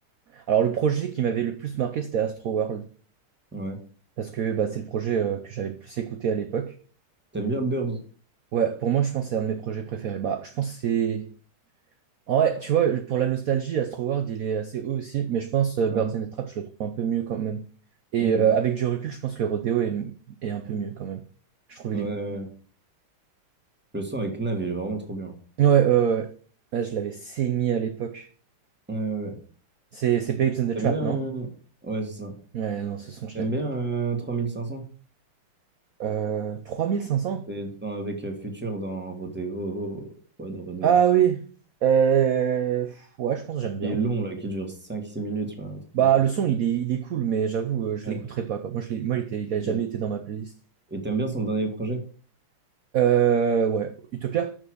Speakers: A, on the right; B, in the centre.
A: alors, le projet qui m'avait le plus marqué, c'était Astro World,
B: Ouais.
A: parce que bah, c'est le projet euh, que j'avais le plus écouté à l'époque.
B: T'aimes bien Birds?
A: Ouais, pour moi, je pense que c'est un de mes projets préférés. Bah, je pense que c'est.
B: Ok.
A: En vrai, tu vois, pour la nostalgie, Astroworld, il est assez haut aussi, mais je pense euh,
B: Ouais.
A: Birds in the Trap, je le trouve un peu mieux quand même. Et
B: Ok.
A: euh, avec du recul, je pense que Rodeo est, est un peu mieux quand même. Je trouve il
B: Ouais.
A: est mieux.
B: Le son avec Nav, il est vraiment trop bien.
A: Ouais, euh, ouais. Ouais, je l'avais saigné à l'époque.
B: Ouais, ouais.
A: C'est c'est Babes in the
B: T'aimes
A: Trap,
B: bien...
A: non?
B: euh, Ouais, c'est ça.
A: Ouais, non, ce son, je
B: T'aimes
A: l'avais.
B: bien euh, 3500?
A: Euh, trois mille cinq cents
B: C'est dans- avec euh, Future dans Rodeo. Ouais, dans Rodeo.
A: Ah oui. Euh, pff, ouais, je pense que j'aime bien.
B: Qui est long, là, qui dure cinq six minutes, là, un truc
A: Bah,
B: comme ça.
A: le son, il est, il est cool, mais j'avoue, euh, je
B: Ouais,
A: l'écouterai pas, quoi. Moi, je l'ai- moi, il était, il
B: ok.
A: a jamais été dans ma playlist.
B: Et t'aimes bien son dernier projet?
A: Euh, ouais, Utopia?